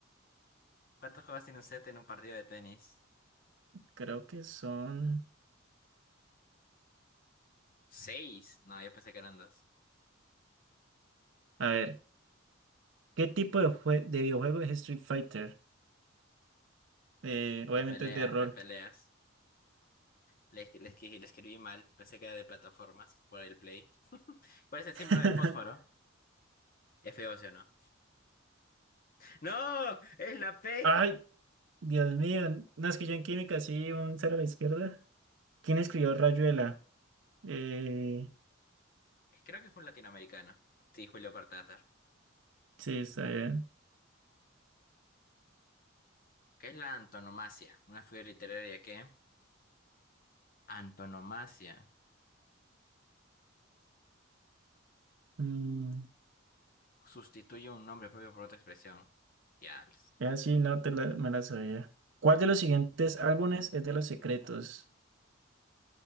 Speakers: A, on the left; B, on the right.
A: ¿Cuántos juegos tiene un set en un partido de tenis?
B: <laughs> Creo que son.
A: Seis. No, yo pensé que eran dos.
B: A ver. ¿Qué tipo de, jue- de videojuego es Street Fighter? Eh, obviamente
A: De peleas,
B: es de rol.
A: de peleas. Le, escri- le escri- le escribí mal, pensé que era de plataformas, por el play. <laughs> ¿Cuál es el
B: <laughs>
A: símbolo del fósforo? F-óseo, ¿no? ¡No! ¡Es la P!
B: Ay, Dios mío. No, es que yo en química sí, un cero a la izquierda. ¿Quién escribió
A: Sí.
B: Rayuela? Eh,
A: Creo que fue un latinoamericano. Sí, Julio Cortázar.
B: sí, está bien.
A: ¿Qué es la antonomasia? Una figura literaria que Antonomasia.
B: Mm,
A: Sustituye un nombre propio por otra expresión. Diablos.
B: ya sí, no te la, me la sabía. ¿Cuál de los siguientes álbumes es de Los Secretos?